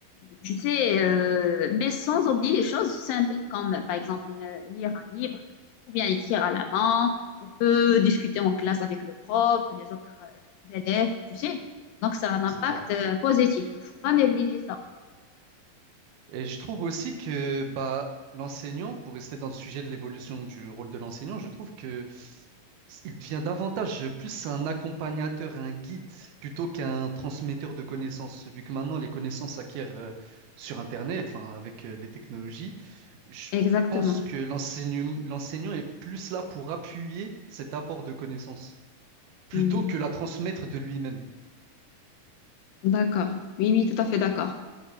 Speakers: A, on the left; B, on the right.
A: tu sais, euh, mais sans oublier les choses simples comme par exemple euh, lire un livre ou bien écrire à la main. On peut discuter en classe avec le prof, les autres euh, élèves, tu sais. Donc ça a un impact
B: C'est ça.
A: euh, positif. Il ne faut pas négliger ça.
B: Et je trouve aussi que bah, l'enseignant, pour rester dans le sujet de l'évolution du rôle de l'enseignant, je trouve que il devient davantage plus un accompagnateur, un guide, plutôt qu'un transmetteur de connaissances, vu que maintenant les connaissances s'acquièrent euh, sur Internet, enfin avec euh, les technologies. Je
A: Exactement.
B: pense que l'enseignant, l'enseignant est plus là pour appuyer cet apport de connaissances, plutôt
A: Hmm,
B: que la transmettre de lui-même.
A: D'accord. Oui, oui, tout à fait d'accord.